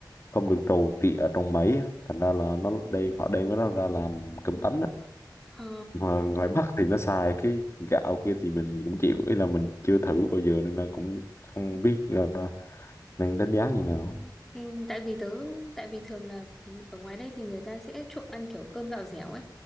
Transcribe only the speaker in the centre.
Ờ
Ừ, tại vì tớ tại vì thường là ở ngoài đây thì người ta sẽ trộn ăn kiểu cơm gạo dẻo ấy